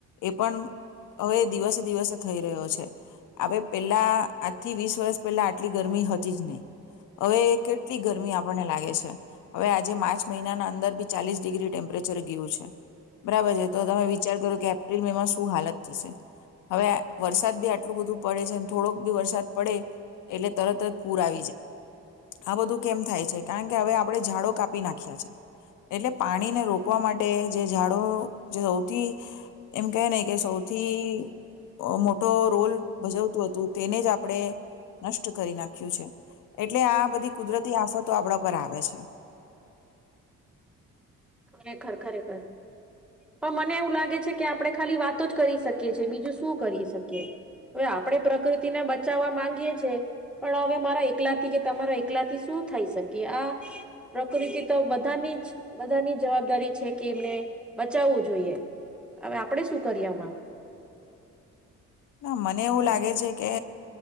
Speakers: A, on the left; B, in the centre.
A: એ પણ, હવે દિવસે દિવસે થઈ રહ્યો છે હવે પેલા આજથી વીસ વર્ષ પહેલા આટલી ગરમી હતી જ નહી. હવે કેટલી ગરમી આપણને લાગે છે, હવે આજે માર્ચ મહિનાના અંદર બી ચાલીસ ડિગ્રી ટેમ્પરેચર ગયું છે, બરાબર છે તો તમે વિચાર કરો કે એપ્રિલ મે માં શું હાલત થશે, હવે વરસાદ બી આટલું બધું પડે છે થોડોક બી વરસાદ પડે એટલે તરત જ પૂરા આવે. આ બધું કેમ થાય છે? કારણ કે હવે આપણે ઝાડો કાપી નાખ્યા છે, એટલે પાણીને રોકવા માટે જે ઝાડો જે સૌથી એમ કે ને કે સૌથી મોટો રોલ ભજવતું હતું તેને જ આપણે, નષ્ટ કરી નાખ્યું છે. એટલે આ બધી કુદરતી આફતો આપડા પર આવે છે.
B: ખરેખર ખરેખર, પણ મને એવું લાગે છે કે આપણે ખાલી વાતો જ કરી શકીએ છે, બીજું શું કરી શકીએ? હવે આપણે પ્રકૃતિને બચાવવા માંગીએ છીએ, પણ હવે મારા એકલા થી કે તમારા એકલા થી શું થઈ શકે? કે આ પ્રકૃતિ તો બધાની જ બધાની જવાબદારી છે કે એમને બચાવવું જોઈએ, હવે આપણેે શું કરીએ આમાં?
A: ના મને એવું લાગે છે કે